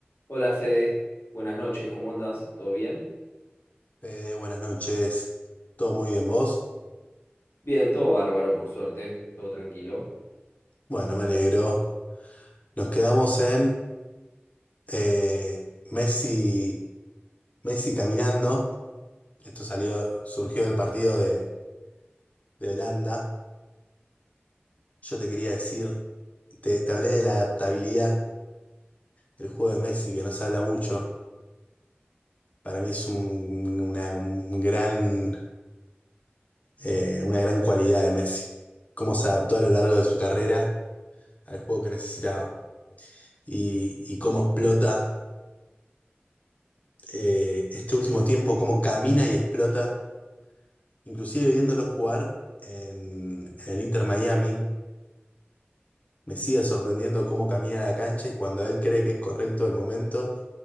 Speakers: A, on the left; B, on the left.
A: Hola Fede, buenas noches, ¿cómo andas? ¿Todo bien?
B: Fede, buenas noches. ¿Todo muy bien vos?
A: Bien, todo bárbaro, por suerte, todo tranquilo.
B: Bueno, me alegro. Nos quedamos en eh, Messi, Messi caminando. Esto salió, surgió del partido de, de Holanda. Yo te quería decir, te, te hablé de la adaptabilidad del juego de Messi, que no se habla mucho. Para mí es un, una, un gran, eh, una gran cualidad de Messi. Cómo se adaptó a lo largo de su carrera al juego que necesitaba y, y cómo explota. eh, este último tiempo, cómo camina y explota, inclusive viéndolo jugar en, en el Inter Miami, me sigue sorprendiendo cómo camina la cancha y cuando él cree que es correcto el momento,